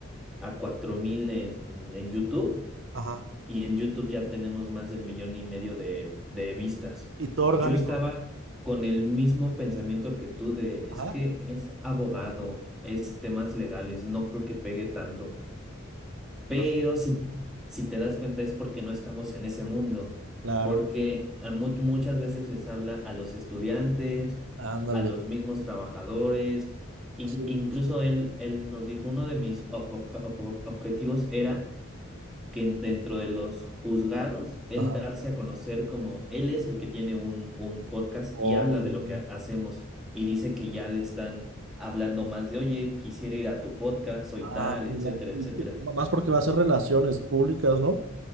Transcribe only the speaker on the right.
Ajá.
Y todo orgánico.
Ajá.
Ah,
claro.
Ándale.
Sí,
pues.
Ajá.
Oh.
Ah,
ya.
Y- y más porque va a ser relaciones públicas, ¿no?